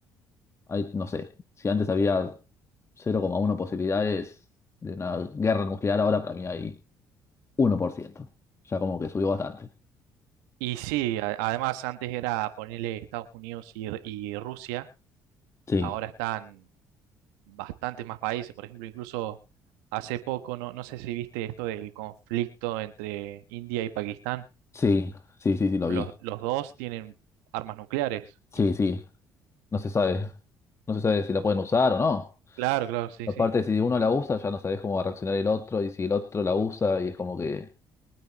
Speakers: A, on the left (about 30°); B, on the right (about 80°).
A: Hay, no sé, si antes había 0,1 posibilidades de una guerra nuclear, ahora para mí hay uno por ciento Ya como que subió bastante.
B: Y sí, a- además antes era ponerle Estados Unidos y, y Rusia,
A: Sí,
B: ahora están bastantes más países, por ejemplo, incluso hace poco, no, no sé si viste esto del conflicto entre India y Pakistán,
A: sí, sí, sí, sí, lo
B: los,
A: vi.
B: los dos tienen armas nucleares
A: Sí, sí, no se sabe. No se sabe si la pueden usar o no.
B: Claro, claro, sí,
A: Aparte,
B: sí.
A: si uno la usa, ya no sabes cómo va a reaccionar el otro, y si el otro la usa, y es como que...